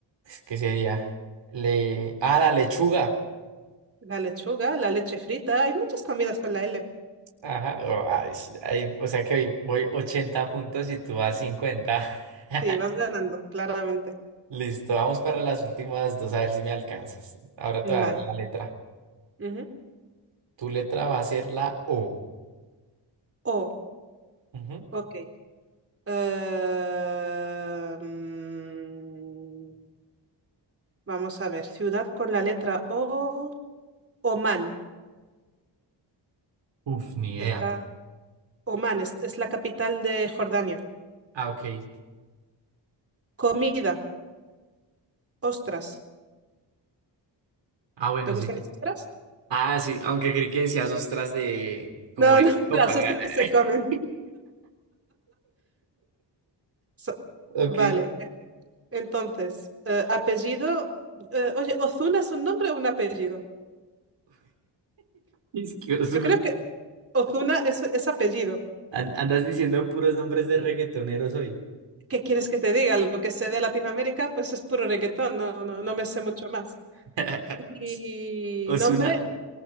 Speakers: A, on the right (about 80°); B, on the right (about 30°).
A: ¿qué sería? Le, ah, la lechuga.
B: La lechuga, la leche frita, hay muchas comidas con la L.
A: Ajá, oh, ay, sí, ay, o sea que hoy voy 80 puntos y tú vas 50. <laughs>
B: Sí, vas ganando, claramente.
A: Listo, vamos para las últimas dos, a ver si me alcanzas. Ahora
B: Vale.
A: te voy a dar la letra.
B: Ujú.
A: Tu letra va a ser la O.
B: O,
A: Ujú.
B: ok. Eh, mm, vamos a ver, ciudad con la letra O, Oman.
A: Uf, ni idea.
B: Está, Oman es, es la capital de Jordania.
A: Ah, ok.
B: Comida, ostras.
A: Ah, bueno,
B: ¿Te gustan
A: sí.
B: las ostras?
A: Ah, sí, aunque creí que decías ostras de como
B: No,
A: de
B: no, <laughs>
A: sopa.
B: las
A: <laughs>
B: ostras se comen. So-
A: Ok.
B: vale, entonces, eh, apellido. eh, oye, ¿Ozuna es un nombre o un apellido?
A: Es que Ozuna.
B: Yo creo que Ozuna es, es apellido.
A: An- andas diciendo puros nombres de reggaetoneros hoy.
B: ¿Qué quieres que te diga? Lo que sé de Latinoamérica, pues es puro reggaetón, no, no, no me sé mucho más.
A: <laughs>
B: Y
A: Ozuna,
B: nombre,